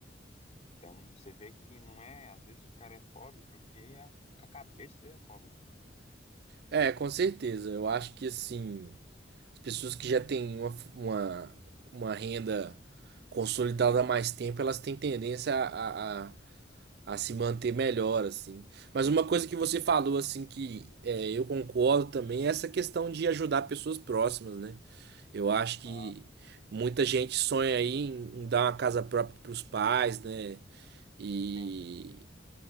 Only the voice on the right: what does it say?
É, com certeza. Eu acho que assim, as pessoas que já têm uma, uma, uma renda consolidada há mais tempo, elas têm tendência a, a, a- a se manter melhor, assim. Mas uma coisa que você falou, assim, que é, eu concordo também, é essa questão de ajudar pessoas próximas, né? Eu acho que
muita gente sonha aí em em dar uma casa própria para os pais, né? E